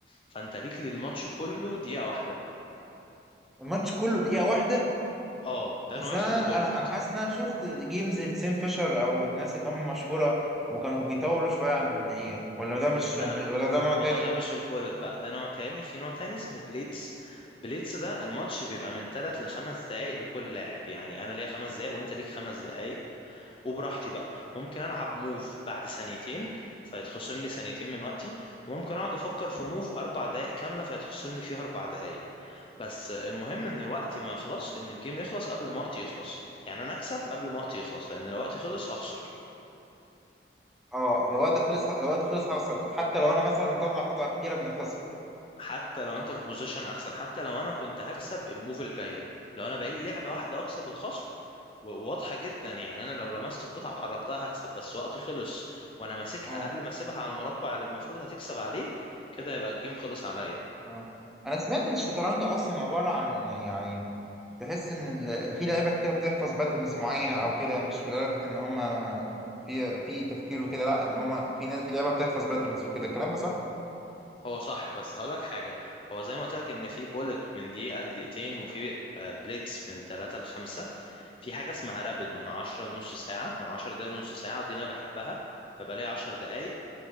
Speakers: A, on the left; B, in the centre.
A: فأنت ليك للماتش كله دقيقة واحدة
B: الماتش كله دقيقة واحدة
A: اه ده
B: بس
A: نوع اسمه
B: أنا
A: بوليت
B: أنا أنا حاسس إن أنا شفت جيمز لسيم فيشر أو الناس اللي هم مشهورة وكانوا بيطولوا شوية عن دقيقة ولا ده مش
A: ما انا
B: ولا ده نوع
A: ما
B: تاني
A: هو ده مش البولت بقى ده نوع تاني في نوع تاني اسمه بليتس بليتس ده الماتش بيبقى من 3 لخمس دقايق لكل لاعب يعني انا ليا خمس دقايق وانت ليك خمس دقايق وبراحتي بقى ممكن العب موف بعد ثانيتين فيتخصم لي ثانيتين من وقتي وممكن اقعد افكر في موف اربع دقايق كامله فيتخصم لي فيها اربع دقايق بس المهم ان وقتي ما يخلص ان الجيم يخلص قبل ما وقتي يخلص يعني انا اكسب قبل ما وقتي يخلص لان لو وقتي خلص هخسر
B: اه لو وقت خلص لو وقت خلص حصل حتى لو أنا مثلا مطلع قطع كتيرة من الخصم
A: حتى لو انت في بوزيشن احسن حتى لو انا كنت هكسب الموف الجايه لو انا بقالي لعبه واحده اكسب الخصم و- واضحه جدا يعني انا لو لمست القطعه وحركتها هكسب بس وقتي خلص وانا ماسكها
B: اه
A: قبل ما اسيبها على المربع اللي المفروض هتكسب عليه كده يبقى الجيم خلص عليا
B: اه أنا سمعت إن الشطرنج أصلا عبارة عن يعني تحس ان ال... في لعيبه كتير بتحفظ باترنز معينه او كده مش لدرجه ان هم في في تفكير وكده لا ان هم في ناس في لعيبه بتحفظ باترنز وكده الكلام ده صح؟
A: هو صح بس هقولك حاجه هو زي ما قلت لك ان في بولت من دقيقه لدقيقتين وفي آه، بليتس من 3 ل 5 في حاجه اسمها رابد من 10 لنص ساعه من 10 دقايق لنص ساعه ودي اللي انا بحبها ببقى ليا 10 دقايق